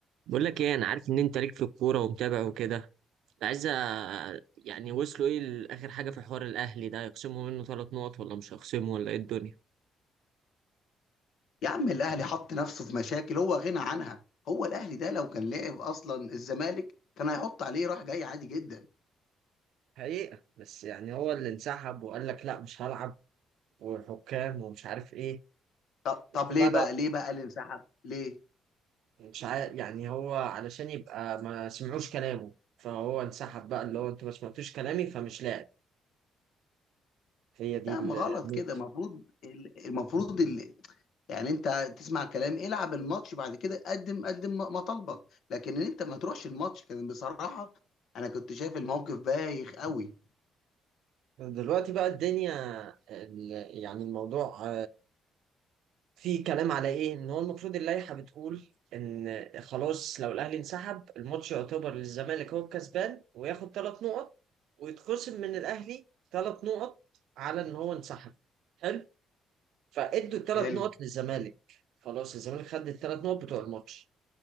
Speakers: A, on the right (about 85°); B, on the left (about 70°).
A: بقول لك ايه انا عارف ان انت ليك في الكوره ومتابع وكده كنت عايز أ- يعني وصلوا ايه لاخر حاجه في حوار الاهلي ده يخصموا منه ثلاث نقط ولا مش هيخصموا ولا ايه الدنيا
B: يا عم الاهلي حط نفسه في مشاكل هو غنى عنها هو الاهلي ده لو كان لعب اصلا الزمالك كان هيحط عليه راح جاي عادي جدا
A: حقيقة بس يعني هو اللي انسحب وقال لك لا مش هلعب وحكام ومش عارف ايه
B: طب
A: انت
B: طب
A: بقى
B: ليه
A: لو
B: بقى ليه بقى اللي انسحب ليه
A: مش عارف يعني هو علشان يبقى ما سمعوش كلامه فهو انسحب بقى اللي هو انتوا ما سمعتوش كلامي فمش لاعب هي دي
B: لا
A: ال-
B: ما غلط
A: النقطة
B: كده المفروض المفروض ال- يعني انت تسمع كلام العب الماتش بعد كده قدم قدم مطالبك لكن ان انت ما تروحش الماتش كان بصراحة انا كنت شايف الموقف بايخ قوي
A: دلوقتي بقى الدنيا ال- يعني الموضوع في كلام على ايه ان هو المفروض اللائحه بتقول ان خلاص لو الاهلي انسحب الماتش يعتبر للزمالك هو الكسبان وياخد ثلاث نقط ويتخصم من الاهلي ثلاث نقط على ان هو انسحب حلو فادوا الثلاث
B: حلو
A: نقط للزمالك خلاص الزمالك خد الثلاث نقط بتوع الماتش